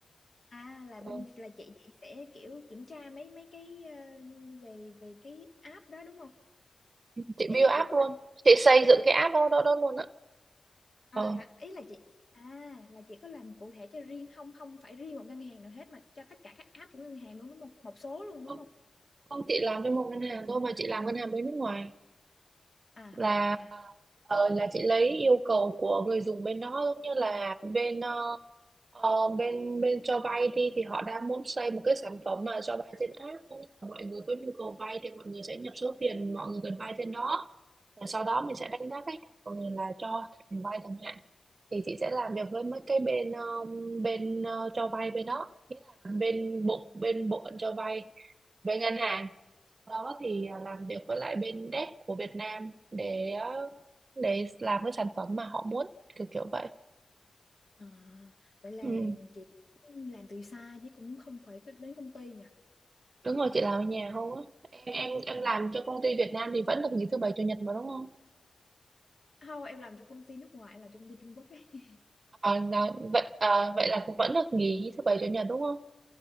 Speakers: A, on the left (about 50°); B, on the right (about 55°).
A: À là
B: ờ,
A: bên là chị chị sẽ kiểu kiểm tra mấy mấy cái ờ, về về cái app đó đúng không?
B: chị
A: Ý
B: build
A: là
B: app
A: chị có
B: luôn
A: làm
B: chị xây dựng cái app đó đó, đó luôn á
A: À
B: ờ
A: vậy hả? Ý là chị à là chị có làm cụ thể cho riêng không không phải riêng một ngân hàng nào hết mà cho tất cả các app của ngân hàng luôn đúng không? Một số luôn đúng
B: không
A: không?
B: không chị làm cho một ngân hàng thôi mà chị làm ngân hàng bên nước ngoài
A: À
B: là
A: à vậy hả?
B: ờ, là chị lấy yêu cầu của người dùng bên đó giống như là bên ờ, ờ, bên bên cho vay đi thì họ đang muốn xây một cái sản phẩm mà cho vay trên app cũng như là mọi người có nhu cầu vay thì mọi người sẽ nhập số tiền mọi người cần vay trên đó và sau đó mình sẽ đánh giá khách hàng của người là cho khách hàng vay chẳng hạn thì chị sẽ làm việc với mấy cái bên ờ, bên ờ, cho vay bên đó nghĩa là bên bộ bên bộ phận cho vay bên ngân hàng đó thì à, làm việc với lại bên dev của Việt Nam để ờ, để làm cái sản phẩm mà họ muốn kiểu kiểu vậy
A: À, vậy là
B: ừ.
A: chị cũng làm từ xa chứ cũng không phải cứ đến công ty nhỉ?
B: đúng rồi chị làm ở nhà không á em em em
A: Ờ.
B: làm cho công ty Việt Nam thì vẫn được nghỉ thứ bảy chủ nhật mà đúng không
A: Không, em làm cho công ty nước ngoài, em làm cho công ty Trung Quốc ấy. <laughs>
B: à, là, vậy à, vậy là cũng vẫn được nghỉ thứ bảy chủ nhật đúng không